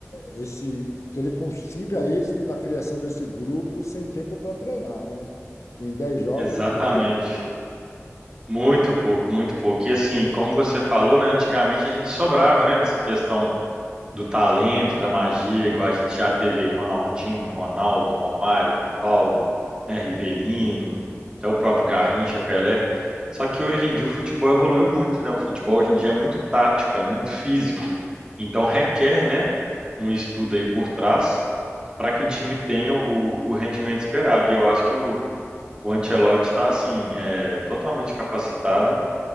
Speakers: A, on the left; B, on the right.
A: esse, que ele consiga êxito na criação desse grupo sem tempo para treinar, né? Em 10 jogos
B: exatamente.
A: é muito pouco.
B: Muito pouco, muito pouco. E assim, como você falou, né, antigamente a gente sobrava, né, nessa questão do talento, da magia, igual a gente já teve aí Ronaldinho, Ronaldo, Romário, Rivaldo, né, Rivelino, até o próprio Garrincha, Pelé. Só que hoje em dia o futebol evoluiu muito, né? O futebol hoje em dia é muito tático, é muito físico. Então requer, né, um estudo aí por trás para que o time tenha o, o rendimento esperado. E eu acho que o, o Ancelotti está assim, é, totalmente capacitado